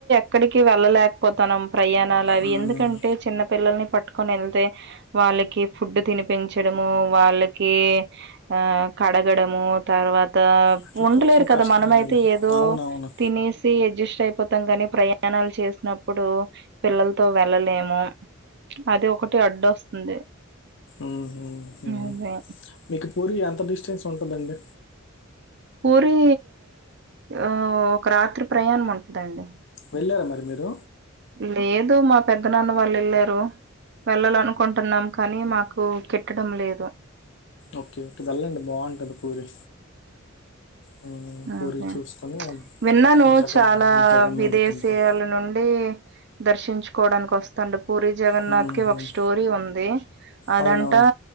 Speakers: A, on the right; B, on the left.
A: క్కడికీ వెళ్ళలేకపోతన్నాం ప్రయాణాలు అవి
B: ఉమ్,
A: ఎందుకంటే చిన్న పిల్లల్ని పట్టుకొని ఎళ్తే వాళ్ళకి ఫుడ్ తినిపించడము వాళ్ళకి ఆ కడగడము తర్వాత
B: అది
A: ఉండలేరు
B: కొంచెం
A: కదా
B: కష్టమేనండి
A: మనమై తే ఏదో
B: అవునవును
A: తినేసి తి అడ్జస్ట్ అయిపోతాం కానీ ప్రయాణాలు చేసినప్పుడు పిల్లలతో వెళ్ళలేము అది ఒకటి అడ్డొస్తుంది
B: ఊహు హూ
A: అదే
B: మీకు పూరి ఎంత డిస్టెన్స్ ఉంటదండి
A: పూరి ఆ ఒక రాత్రి ప్రయాణం ఉంటదండి
B: వెళ్ళారా మరి మీరు
A: లేదు మా పెద్ద నాన్న వాళ్ళు ఎళ్ళారు వెళ్ళాలనుకుంటున్నాం కానీ మాకు కు కిట్టడం లేదు
B: ఓకే అటు వెల్లండి బావుంటంది పూరి హ్మ్. పూరి
A: అహా
B: చూసుకొని
A: విన్నాను
B: జగన్నాథ
A: చాలా
B: జగన్నాథ
A: విదేశీయాల
B: టెంపుల్.
A: నుండి దర్శించుకోవడానికొస్ తండ పూరి జగన్నాథ్
B: హ్మ్.
A: కి
B: హ్మ్.
A: ఒక స్టోరీ ఉంది అదంటా
B: అవునవును.